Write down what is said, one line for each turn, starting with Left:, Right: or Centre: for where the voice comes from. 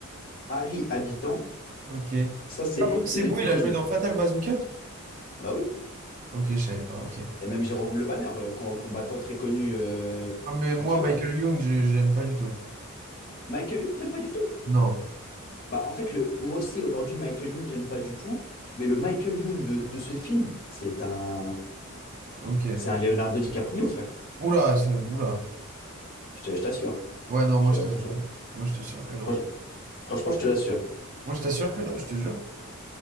Left: Harry Habitant,
Right: Ok.
Left: ça c'est
Right: Ah, Brice
Left: les
Right: Eboué,
Left: plus
Right: il
Left: connus.
Right: a joué dans Fatal Bazooka?
Left: Bah oui,
Right: Ok, je savais pas, ok.
Left: et même Jérôme Le Banner, euh, com- combattant très connu euh,
Right: Ah, mais moi,
Left: en K1.
Right: Michael Young, je- j'aime pas du tout.
Left: Michael Youn, t'aimes pas du tout?
Right: Non,
Left: Bah en fait, le, moi aussi aujourd'hui, Michael Youn, j'aime pas du tout, mais le Michael Youn de, de ce film, c'est un,
Right: ok.
Left: c'est un Leonardo DiCaprio, frère.
Right: Oula, c'est- oula.
Left: Je te- je t'assure.
Right: Ouais, non,
Left: Je-
Right: moi, je t'assure.
Left: Franchement,
Right: Moi, je t'assure que non.
Left: franch- franchement, je te l'assure.
Right: Moi, je t'assure que non, je te jure.